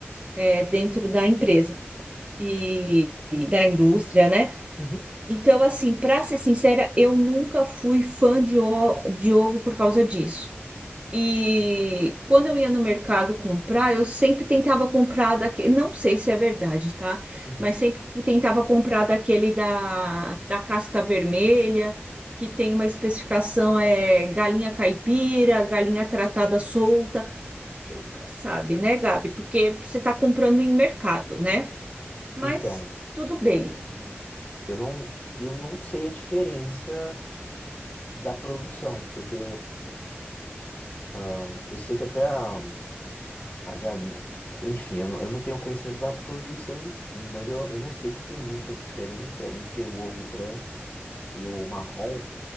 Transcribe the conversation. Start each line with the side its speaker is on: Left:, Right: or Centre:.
Right: é, dentro da empresa e, e da indústria, né?
Left: uhum,
Right: Então, assim, para ser sincera, eu nunca fui fã de, o- de ovo por causa disso. E quando eu ia no mercado comprar, eu sempre tentava comprar daquele, não sei se é verdade, tá?
Left: uhum,
Right: Mas sempre tentava comprar daquele da, da casca vermelha, que tem uma especificação é galinha caipira, galinha tratada solta. A gente nunca sabe, né, Gabi? Porque você está comprando em mercado, né? Mas
Left: Então,
Right: tudo bem.
Left: uhum. eu não, eu não sei a diferença da produção, porque ah, eu sei que até a, a galinha. Enfim, eu não, eu não tenho conhecimento da produção em si, mas eu, eu não sei se tem muita diferença entre o ovo branco e o marrom.